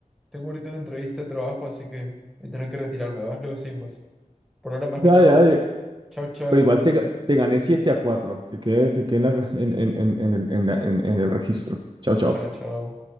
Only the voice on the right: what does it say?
Ya,
ya,
Pero igual te, ga- te gané siete a cuatro Que quede, que quede en la- en- en- en- en el, en la- en- en el registro. Chao, chao.